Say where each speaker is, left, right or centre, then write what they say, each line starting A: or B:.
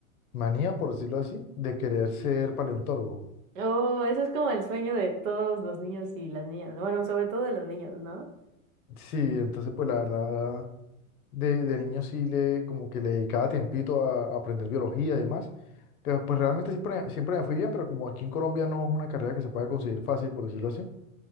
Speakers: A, on the left (about 80°); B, on the right (about 60°).
A: manía, por decirlo así, de querer ser paleontólogo.
B: Oh, eso es como el sueño de todos los niños y las niñas, bueno, sobre todo de los niños, ¿no?
A: Sí, entonces pues la verdad, de, de niño sí le, como que le dedicaba tiempito a, a aprender biología y demás. Pero pues realmente siempre, siempre me fui bien, pero como aquí en Colombia no es una carrera que se pueda conseguir fácil, por decirlo así.